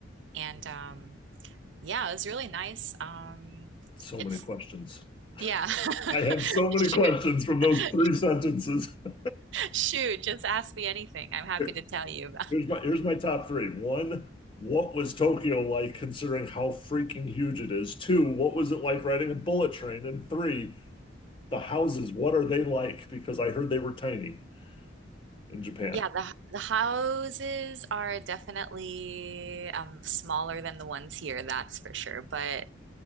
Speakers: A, on the right; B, on the left.
A: and um yeah, it was really nice. Um
B: So
A: it's
B: many questions.
A: yeah.
B: I
A: <laughs>
B: have so
A: Shoot.
B: many questions from
A: <laughs>
B: those three sentences. <laughs>
A: Shoot, just ask me anything. I'm happy
B: Here-
A: to tell you
B: Here's my here's my top three. One, what was Tokyo like considering how freaking huge it is? Two, what was it like riding a bullet train? And three, the houses, what are they like? Because I heard they were tiny in Japan.
A: Yeah, the the houses are definitely um smaller than the ones here, that's for sure. But